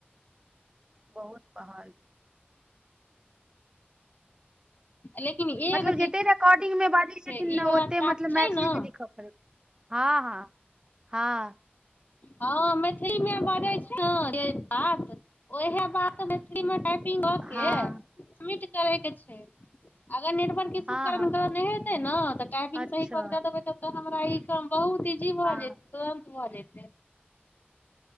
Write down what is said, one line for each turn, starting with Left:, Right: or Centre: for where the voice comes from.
Right: बहुत पहाड़ छै
Left: लेकिन एगो
Right: मतलब जते
Left: चीज छै से
Right: रिकॉर्डिंग मे बाजै छथिन
Left: ई
Right: ने
Left: वला
Right: ओते
Left: टास्क
Right: मतलब
Left: छै
Right: मैथिली
Left: ने
Right: मे लिखऽ पड़ै छै। हँ हँ हँ
Left: हँ मैथिली मे बजै छी जे बात ओहै बात मैथिली मे टाइप पिंग क
Right: हाँ
Left: के सबमीट करै के छै अगर नेटवर्क इशु
Right: हाँ
Left: के कारण
Right: हाँ
Left: गलत नै हेतै न तऽ टाइपिंग
Right: अच्छा
Left: सही कऽ दऽ देबै तब त हमरा इ काम बहु त इजी भ
Right: हाँ
Left: जैत तुरंत भ जैत ह <inaudible>